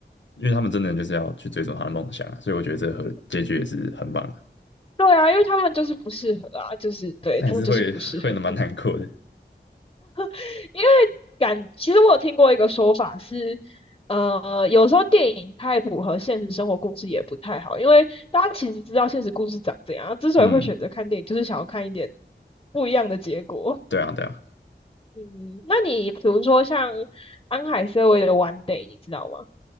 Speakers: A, on the left (about 80°); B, on the left (about 25°).
A: 因为他们真的就是要去追逐他的梦想啊，所以我觉得这个和结局也是很棒的，
B: 对啊，因为他们就是不适合啊，就是对他们就是不适合。
A: 但也是会会蛮难过的。
B: <laughs> 因为感，其实我有听过一个说法是，呃，有时候电影太符合现实生活故事也不太好，因为大家其实知道现实故事长怎样，之所以会选择看电影，
A: 嗯，
B: 就是想要看一点不一样的结果。
A: 对啊，对啊。
B: 嗯，那你比如说像安海瑟薇的《One Day》，你知道吗？